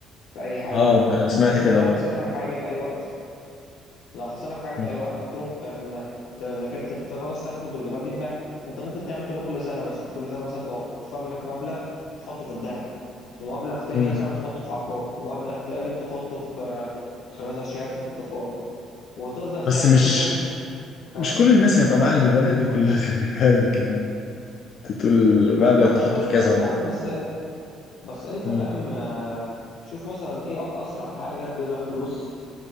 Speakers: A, on the left; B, on the left.
A: في اي حاجه
B: اه انا سمعت
A: بحيث
B: كده
A: ان لو
B: برضه
A: حصل لك حاجه في اي وقت لو حصل لك حاجه
B: مم.
A: في اي وقت تروح ت- إن- ت- انك انت ت- خلاص تاخد البتاع دي تبيعها انت ممكن تعمل كده كل سنه مثلا كل سنه مثلا توفر لك مبلغ تحطه في الذهب ومبلغ تاني
B: مم.
A: مثلا تحطه في عقار ومبلغ تالت تحطه في في مثلا شهاده ادخار وتفضل
B: بس
A: تعمل
B: مش
A: كده انت
B: مش كل الناس هيبقى معاها المبالغ دي كلها <laughs> خلي بالك يعني انت تقول مبلغ
A: ما هو
B: تحطه
A: مش كل
B: في
A: الناس
B: كذا مرة.
A: يا عم بس بس انت
B: مم.
A: فاهم آه، شوف مثلا ايه أق- اسرع حاجه تجيب لك فلوس